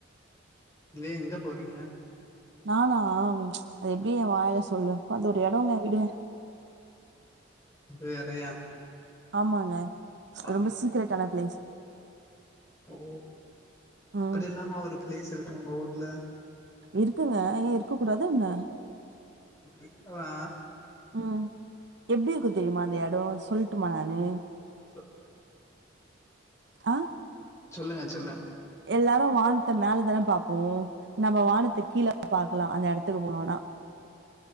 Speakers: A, on the left; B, on the right.
A: எலே எங்க போறீங்க
B: நானா அது எப்படி என் வாயல சொல்லுவே அது ஒரு எடங்க விடுங்க
A: அது வேறையா
B: ஆமாங்க
A: பாடினு
B: ரொம்ப சீக்ரட் ஆன பிளேஸ்
A: ஓ
B: ம்
A: அப்டி எல்லாம ஒரு பிளேஸ் இருக்கு உங்க ஊர்ல
B: இருக்குங்க ஏ இருக்க கூடாதா என்ன
A: இருக்கலா
B: ம் எப்டி இருக்கு தெரியுமா அந்த எடொ சொல்ட்டுமா நானு
A: சொல்லுங்க
B: ஆ
A: சொல்லுங்க சொல்லுங்க
B: எல்லாரு வானத்த மேல தான பாப்போ நம்ம வானத்த கீழ பாக்கலா அந்த எடத்துக்கு போனோனா